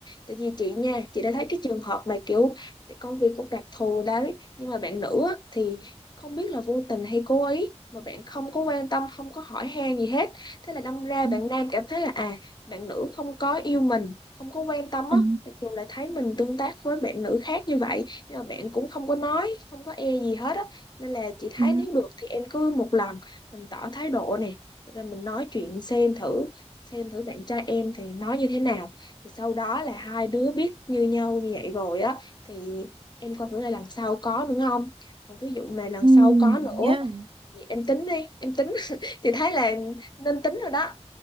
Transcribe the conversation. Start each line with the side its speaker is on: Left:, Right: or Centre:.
Left: tại vì chị nha chị đã thấy cái trường hợp mà kiểu cái công việc cũng đặc thù đấy nhưng mà bạn nữ á, thì không biết là vô tình hay cố ý mà bạn không có quan tâm không có hỏi han gì hết thế là đâm ra
Right: Ừ.
Left: bạn nam cảm thấy là à bạn nữ không có yêu mình không có quan tâm
Right: Ừ.
Left: á mặc dù là thấy mình tương tác với bạn nữ khác như vậy nhưng mà bạn cũng không có nói không có e gì hết á nên là chị thấy
Right: Ừ.
Left: nếu được thì em cứ một lần mình tỏ thái độ nè hoặc là mình nói chuyện xem thử xem thử bạn trai em thì nói như thế nào thì sau đó là hai đứa biết như nhau như vậy rồi á thì em coi thử là lần sau có nữa không còn ví dụ mà lần
Right: Ừ.
Left: sau có nữa
Right: Ừ.
Left: thì em tính đi em tính <laughs> thì thấy là nên tính rồi đó